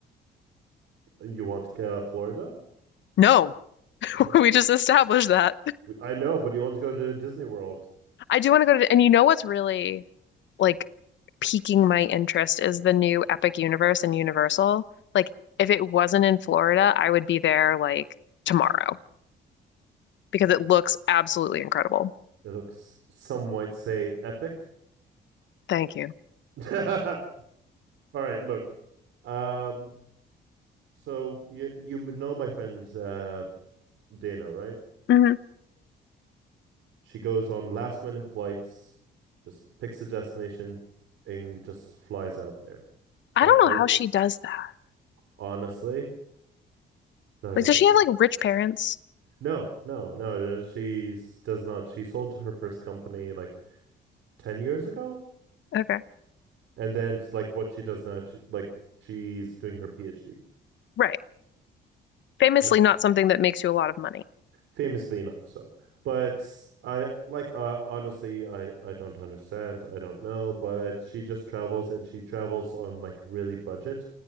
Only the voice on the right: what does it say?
You want uh, Florida?
Okay.
I know, but you want to go to Disney World?
It looks some might say epic.
<laughs> All right, look. Um, so you you know my friend uh, Dana, right?
She goes on last minute flights, just picks a destination, and just flies out there.
Like
honestly, neither
do
I.
No, no, no. She does not. She sold her first company like ten years ago,
and then it's like what she does now. She like she's doing her PhD.
But
famously not so but i like uh, honestly i i don't understand i don't know but she just travels and she travels on like really budget